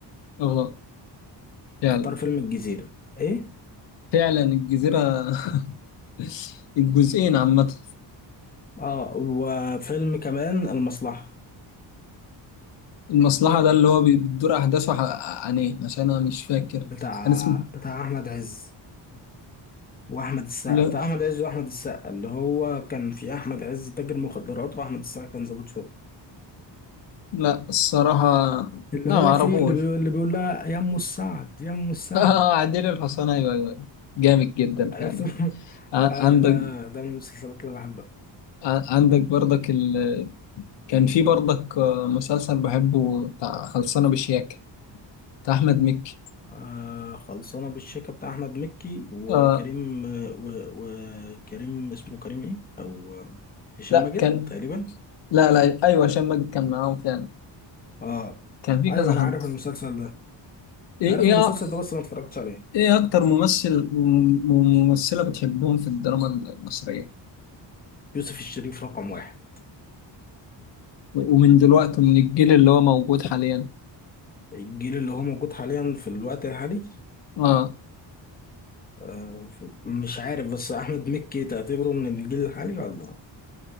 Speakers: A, on the left; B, on the left.
A: اه فعلا
B: هختار فيلم الجزيره ايه
A: فعلا الجزيرة <laughs> الجزئين عامة
B: اه وفيلم كمان المصلحة
A: المصلحة ده اللي هو بي- بتدور أحداثه ح- عن إيه عشان أنا مش فاكر
B: بتاع
A: أنا اسمه
B: بتاع أحمد عز وأحمد السقا
A: لا
B: بتاع أحمد عز وأحمد السقا اللي هو كان في أحمد عز تاجر مخدرات وأحمد السقا كان ضابط شرطة
A: لا الصراحة
B: اللي
A: لا
B: هو
A: معرفوش
B: فيه اللي بيقول, اللي بيقول لها يا أم السعد يا أم السعد
A: اه عديل الحصان ايوه ايوه جامد جدا
B: عرفت
A: فعلا
B: <laughs>
A: ع-
B: أيوة
A: عندك
B: ده ده من المسلسلات اللي بحبها
A: ع- عندك برضك ال... كان في برضك آه، مسلسل بحبه بتاع خلصانه بشياكه بتاع احمد مكي
B: آه خلصانة بالشيكة بتاع أحمد مكي وكريم
A: آه
B: و- وكريم اسمه كريم إيه أو هشام
A: لا
B: ماجد
A: كان
B: تقريبا
A: لا لا ايوه هشام ماجد كان معاهم فعلا
B: اه
A: كان في
B: ايوه
A: كذا
B: انا
A: حد
B: عارف المسلسل ده
A: ايه
B: عارف
A: ايه
B: المسلسل
A: أ-
B: ده بس ما اتفرجتش عليه
A: ايه اكتر ممثل وممثله بتحبهم في الدراما المصريه
B: يوسف الشريف رقم واحد
A: و- ومن دلوقتي من الجيل اللي هو موجود حاليا
B: الجيل اللي هو موجود حاليا في الوقت الحالي
A: اه
B: آه ف- مش عارف بس احمد مكي تعتبره من الجيل الحالي ولا